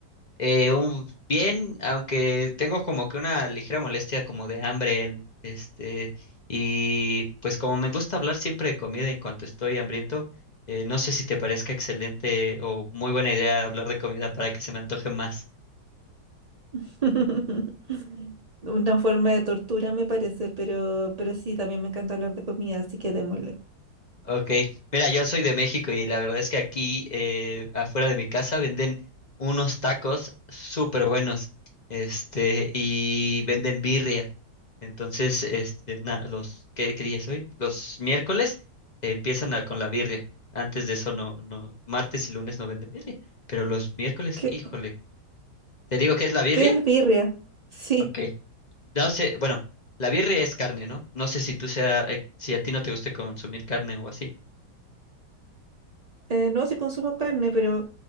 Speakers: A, on the left; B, on the right.
A: Eh, un- bien, aunque tengo como que una ligera molestia como de hambre, en- este, y pues como me gusta hablar siempre de comida en cuanto estoy hambriento, eh, no sé si te parezca excelente o muy buena idea hablar de comida para que se me antoje más.
B: <laughs> Una forma de tortura me parece, pero, pero sí, también me encanta hablar de comida, así que démosle.
A: Ok, mira, yo soy de México y la verdad es que aquí eh, afuera de mi casa venden unos tacos súper buenos, este, y venden birria. Entonces, este, na- los, ¿qué, qué día es hoy? Los miércoles eh, empiezan a- con la birria. Antes de eso no, no, martes y lunes no venden birria, pero los miércoles,
B: ¿Qué,
A: híjole, ¿te digo qué es la birria?
B: qué es birria? Sí,
A: Ok, no sé, bueno, la birria es carne, ¿no? No sé si tú sea, eh, si a ti no te guste consumir carne o así.
B: eh, no, sí consumo carne, pero